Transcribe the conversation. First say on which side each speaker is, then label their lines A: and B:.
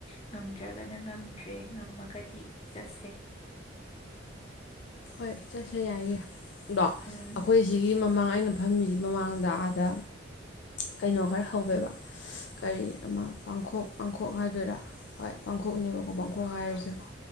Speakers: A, on the left (about 30°); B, on the left (about 65°).
A: ꯉꯝꯗ꯭ꯔꯒꯅ ꯉꯝꯗ꯭ꯔꯦ ꯉꯝꯃꯒꯗꯤ ꯆꯠꯁꯦ
B: ꯍꯣꯏ ꯆꯠꯁ ꯌꯥꯏꯌꯦ ꯑꯗꯣ
A: ꯎꯝ
B: ꯑꯩꯈꯣꯏꯁꯤꯒꯤ ꯃꯃꯥꯡ ꯑꯩꯅ ꯐꯝꯃꯤꯁꯤ ꯃꯃꯥꯡꯗ ꯑꯥꯗ ꯀꯩꯅꯣ ꯈꯔ ꯍꯧꯋꯦꯕ ꯀꯔꯤ ꯑꯃ ꯄꯥꯡꯈꯣꯛ ꯄꯥꯡꯈꯣꯛ ꯍꯥꯏꯗꯣꯏꯔꯥ ꯍꯣꯏ ꯄꯥꯡꯈꯣꯛꯅꯦꯕꯀꯣ ꯄꯥꯡꯈꯣꯛ ꯍꯥꯏꯔꯤꯁꯦ